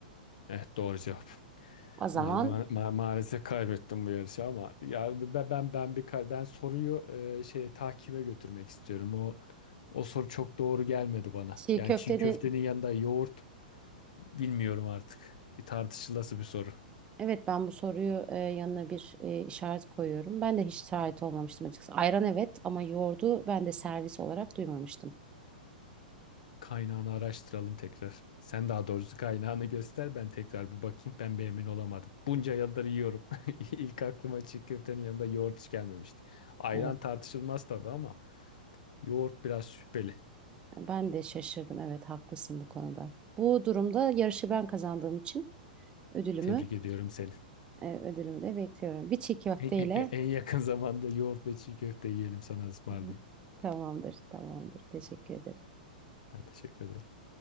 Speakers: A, on the left; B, on the right.
A: Evet doğru cevap.
B: O zaman
A: Ma- ma- ma- maalesef kaybettim bu yarışı ama ya ben ben ben bir kay- ben soruyu e, şey takibe götürmek istiyorum. O o soru çok doğru gelmedi bana.
B: çiğ
A: Yani
B: köftenin
A: çiğ köftenin yanında yoğurt bilmiyorum artık. Bir tartışılası bir soru.
B: evet ben bu soruyu e, yanına bir e, işaret koyuyorum. Ben de hiç şahit olmamıştım açıkçası. Ayran evet ama yoğurdu ben de servis olarak duymamıştım.
A: Kaynağını araştıralım tekrar. Sen daha doğrusu kaynağını göster ben tekrar bir bakayım. Ben bir emin olamadım. Bunca yıldır yiyorum. <laughs> İlk aklıma çiğ köftenin yanında yoğurt hiç gelmemişti. Ayran
B: Evet.
A: tartışılmaz tabii ama yoğurt biraz şüpheli.
B: Ben de şaşırdım. Evet haklısın bu konuda. Bu durumda yarışı ben kazandığım için ödülümü
A: Tebrik ediyorum seni.
B: e, ödülümü de bekliyorum. Bir çiğ köfteyle
A: En, en- en yakın zamanda yoğurt ve çiğ köfte yiyelim sana ısmarlayayım.
B: <laughs> tamamdır, tamamdır. Teşekkür ederim.
A: Ben teşekkür ederim.